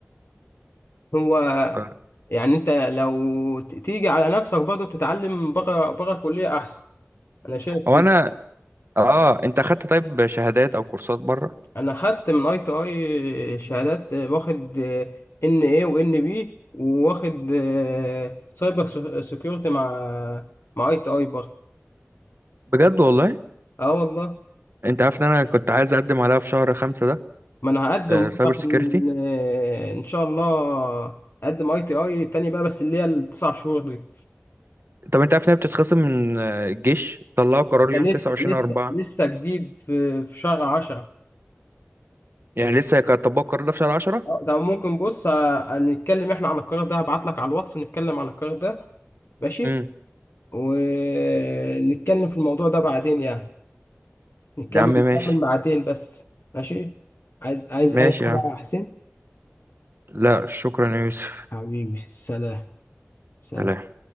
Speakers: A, on the left; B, on the right.
A: هو
B: آه.
A: يعني انت لو ت- تيجي على نفسك برضه تتعلم بره بره الكليه احسن انا شايف
B: هو انا اه انت اخدت طيب شهادات او كورسات بره
A: انا خدت من اي تي اي شهادات آه، واخد آه، ان اي وان بي وواخد آه، سايبر سيكيورتي مع مع اي تي اي برضه
B: بجد والله
A: اه والله
B: انت عارف ان انا كنت عايز اقدم عليها في شهر خمسة ده
A: ما انا هقدم
B: سايبر
A: برضه عشان
B: سيكيورتي
A: آه، ان شاء الله اقدم اي تي اي تاني بقى بس اللي هي التسع شهور دي
B: طب انت عارف انها بتتخصم من آه، الجيش طلعوا قرار
A: ده
B: يوم 29
A: لسه لسه
B: 4
A: لسه جديد في في شهر 10
B: يعني لسه كان طبقوا القرار ده في شهر 10
A: اه ده ممكن بص آه، نتكلم احنا عن القرار ده هبعت لك على الواتس نتكلم عن القرار ده ماشي
B: امم
A: ونتكلم في الموضوع ده بعدين يعني نكمل
B: يا عم ماشي
A: نكمل ساعتين بس ماشي عايز عايز
B: ماشي
A: أي حاجة
B: يا عم
A: يا حسين
B: لا شكرا يا يوسف
A: حبيبي سلام سلام
B: سلام